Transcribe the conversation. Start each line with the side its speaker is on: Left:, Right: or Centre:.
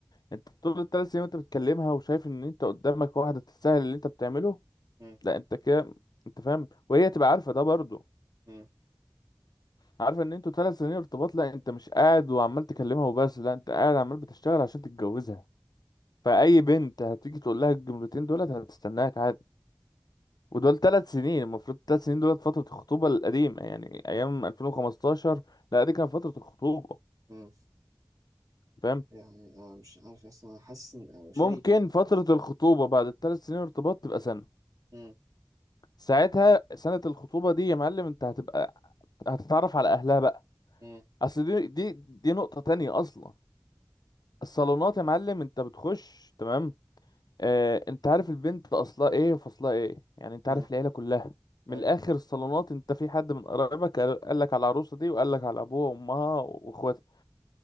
Left: انت طول الثلاث سنين وانت بتكلمها وشايف ان انت قدامك واحدة تستاهل اللي انت بتعمله
Right: مم.
Left: لا انت كده انت فاهم وهي تبقى عارفة ده برضو
Right: مم.
Left: عارفة ان انتوا ثلاث سنين ارتباط لا انت مش قاعد وعمال تكلمها وبس لا انت قاعد عمال بتشتغل عشان تتجوزها فأي بنت هتيجي تقول لها الجملتين دولت هتستناك عادي ودول ثلاث سنين المفروض ثلاث سنين دولت فترة الخطوبة القديمة يعني أيام
Right: مم.
Left: 2015 لا دي كانت فترة الخطوبة
Right: مم.
Left: فاهم
Right: يعني أنا مش عارف أصلا أنا حاسس إن- أو شايف
Left: ممكن
Right: يعني
Left: فترة الخطوبة بعد الثلاث سنين ارتباط تبقى سنة
Right: مم.
Left: ساعتها سنة الخطوبة دي يا معلم انت هتبقى هتتعرف على اهلها بقى
Right: مم.
Left: اصل دي دي دي نقطة تانية اصلا الصالونات يا معلم انت بتخش تمام اه انت عارف البنت اصلها ايه وفصلها ايه يعني انت
Right: اه
Left: عارف العيلة كلها من
Right: ايوه
Left: الاخر الصالونات انت في حد من قرايبك قال قال لك على العروسة دي وقال لك على ابوها وامها واخواتها